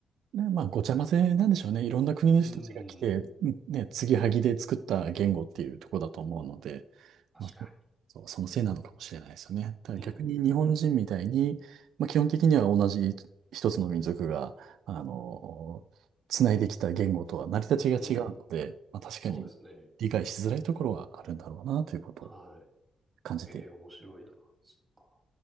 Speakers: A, on the right (about 80°); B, on the right (about 15°).
A: でまあ、ごちゃ混ぜなんでしょうね。いろんな国の人たちが来て、
B: うーん、
A: うんね、継ぎはぎで作った言語っていうところだと思うので、
B: 確か
A: まあ、そそう、そのせいなのかもしれないですよね。ただ逆に日本人みたいに、
B: に。うん。
A: まあ、基本的には同じ一つの民族が、あの、つないできた言語とは成り立ちが違うので、
B: うん。
A: まあ、確かに理解しづらいところはあるんだろうなということを
B: そうですね。は
A: 感じて
B: い。ええ、面白いな。そっか